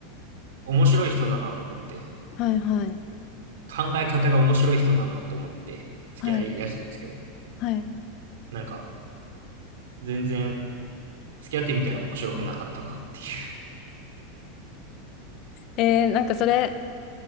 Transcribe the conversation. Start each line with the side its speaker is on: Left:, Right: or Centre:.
Right: 面白い人だなと思って、
Left: はいはい。
Right: 考え方が面白い人だなと思って、付き合いだしたんですけど、
Left: はい。はい。
Right: なんか、全然、付き合ってみたら面白くなかったなっていう。
Left: えー、なんかそれ、